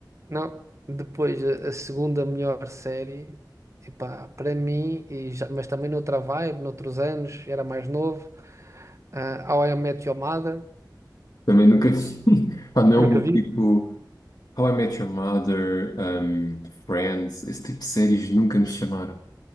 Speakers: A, on the right (about 40°); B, on the left (about 60°).
A: Não, depois a, a segunda melhor série, epá, para mim, e já- mas também noutra vibe, noutros anos, era mais novo, ah, How I Met Your Mother,
B: Também nunca vi. <laughs> Ah, não,
A: eu nunca
B: meu
A: vi.
B: tipo. How I Met Your Mother, um, Friends, esse tipo de séries nunca me chamaram.